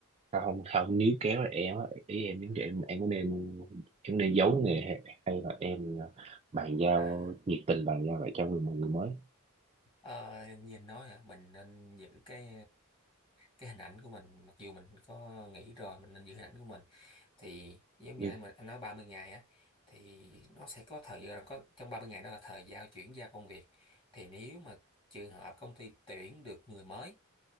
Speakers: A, on the right; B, on the left.
A: Tao không không nếu kéo là em á ý em nếu em em có nên em nên giấu nghề hay, hay là em ờ, bàn giao
B: à
A: nhiệt tình bàn giao lại cho người mọi người mới
B: ờ, nhìn nói hả mình nên giữ cái cái hình ảnh của mình mặc dù mình có nghĩ rồi mình nên giữ hình ảnh của mình thì giống như
A: nhưng
B: anh mình anh nói 30 ngày á thì nó sẽ có thời gian có trong 30 ngày đó là thời gian chuyển giao công việc thì nếu mà trường hợp công ty tuyển được người mới